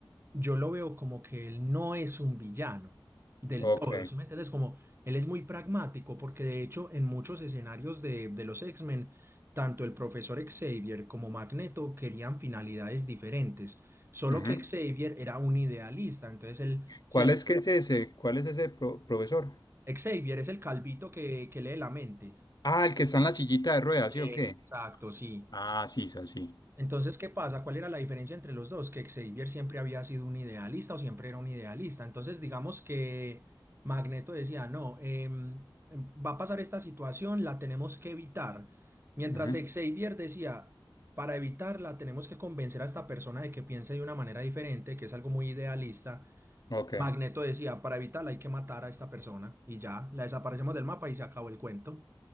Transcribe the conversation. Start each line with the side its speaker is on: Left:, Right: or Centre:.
Right: yo lo veo como que él no es un villano del
Left: Ok.
Right: todo, ¿sí me entiendes? Como él es muy pragmático, porque de hecho en muchos escenarios de, de los X-Men, tanto el profesor Xavier como Magneto querían finalidades diferentes, solo
Left: ujú.
Right: que Xavier era un idealista, entonces él siempre
Left: ¿Cuál es que es ese? ¿Cuál es ese pro- profesor?
Right: Xavier es el calvito que, que lee la mente.
Left: Ah, el que está en la sillita de ruedas,
Right: Exacto,
Left: ¿sí o qué?
Right: sí.
Left: Ah, sí, sí, sí.
Right: Entonces, ¿qué pasa? ¿Cuál era la diferencia entre los dos? Que Xavier siempre había sido un idealista o siempre era un idealista. Entonces, digamos que Magneto decía, no, em, em, va a pasar esta situación, la tenemos que evitar. Mientras
Left: Ujú, ujú.
Right: Xavier decía, para evitarla tenemos que convencer a esta persona de que piense de una manera diferente, que es algo muy idealista.
Left: Ok.
Right: Magneto decía, para evitarla hay que matar a esta persona y ya, la desaparecemos del mapa y se acabó el cuento.